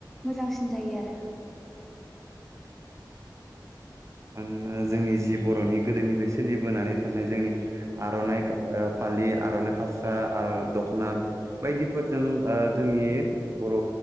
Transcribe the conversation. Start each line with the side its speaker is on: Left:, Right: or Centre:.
Centre: मोजांसिन जायो आरो।
Right: मानोन जोंनि जि बर'नि गोदोनिफ्राय सोलिबोनानै थानाय जोंनि आर'नाइ गा ओ फालि आर'नाइ फास्रा आर' दख'ना बायदिफोरजों ओ जोंनि बर'